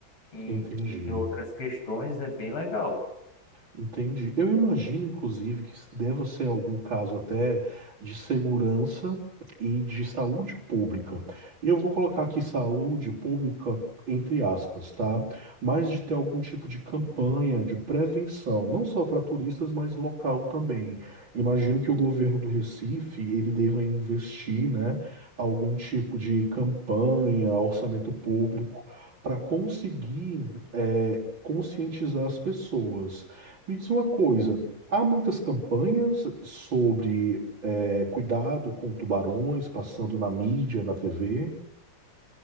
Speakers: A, on the left (about 85°); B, on the right (about 65°).
A: em,
B: Entendi.
A: em outras questões é bem legal.
B: Entendi. Eu imagino, inclusive, que deva ser algum caso até de segurança e de saúde pública. E eu vou colocar aqui saúde pública entre aspas, tá? Mas de ter algum tipo de campanha de prevenção, não só para turistas, mas local também. Imagino que o governo do Recife, ele deva investir, né, algum tipo de campanha, orçamento público, para conseguir, eh, conscientizar as pessoas. Me diz uma coisa, há muitas campanhas sobre eh, cuidado com tubarões passando na mídia, na TV?